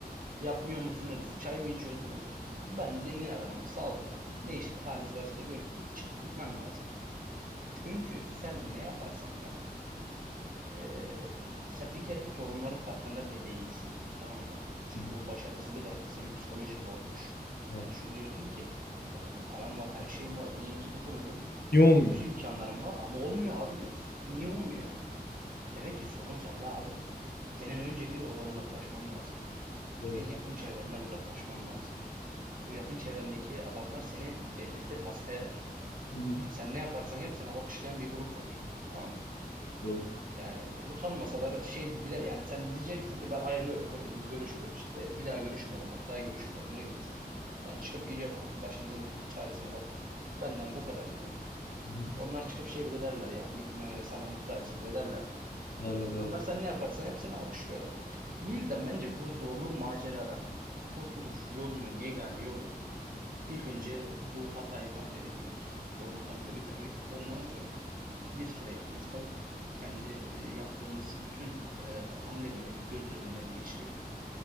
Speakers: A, on the right; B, on the left.
A: Yapmıyor musunuz? Çay mı içiyorsunuz? Ben zengin adamım. Saldım. Ne işi haliniz varsa da görüp deyip çıkıp gitmem lazım. Çünkü sen ne yaparsan yap. Ee, sen bir kere sorunların farkında bile değilsin. Tamam mı? Çünkü
B: Hı.
A: o başarısızlık artık senin psikolojini bozmuş.
B: Evet.
A: Sen çünkü diyorsun ki ya benim param var, her şeyim var, en iyi ekibi kuruyorum.
B: İyi olmuyor.
A: Bütün imkanlarım var ama olmuyor abi diyorsun. Niye olmuyor? Demek ki sorun sende abi. Senin önce bir oradan uzaklaşman lazım.
B: Doğru.
A: Senin yakın çevrenden uzaklaşman lazım. O yakın çevrendeki adamlar seni delirtir, hasta eder.
B: Hı hı.
A: Yani sen ne yaparsan yap seni alkışlayan bir grup var. Tamam mı?
B: Doğru.
A: Yani utanmasalar şey bile yani sen diyeceksin ki ben ayrılıyorum hepiniz görüşürüz işte bir daha görüşmeyelim hatta görüşmeyelim ne görüşürüz. Ben çıkıp gideceğim abi başınızın çaresine bakın. Benden bu kadar diye.
B: Hı hı.
A: Onlar çıkıp şey bile derler yani gitme sana muhtacız bile derler.
B: Derler evet.
A: Onlar sen ne yaparsan hep seni alkışlıyorlar. Bu yüzden bence bu zorlu maceradan kurtuluş yolunun yegane yolu İlk önce bu hatayı komple bitirmek, bu sorunu komple bitirmek. Ondan sonra bir süre yalnız kalıp kendi e, yaptığımız bütün e, hamleleri göz önünden geçirip